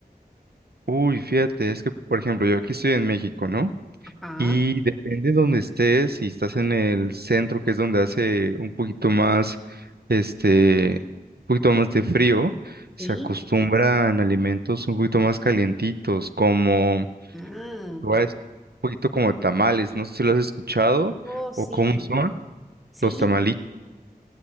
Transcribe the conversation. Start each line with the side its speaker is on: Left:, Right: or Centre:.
Right: Uy, fíjate, es que por ejemplo, yo aquí estoy en México, ¿no?
Centre: Ajá,
Right: Y depende de donde estés, si estás en el centro, que es donde hace un poquito más, este, un poquito más de frío, se
Centre: sí.
Right: acostumbran alimentos un poquito más calientitos, como,
Centre: Ah,
Right: te voy a decir, un poquito como tamales, no sé si lo has escuchado
Centre: oh, sí.
Right: o cómo son.
Centre: Sí,
Right: Los tamalitos.
Centre: sí.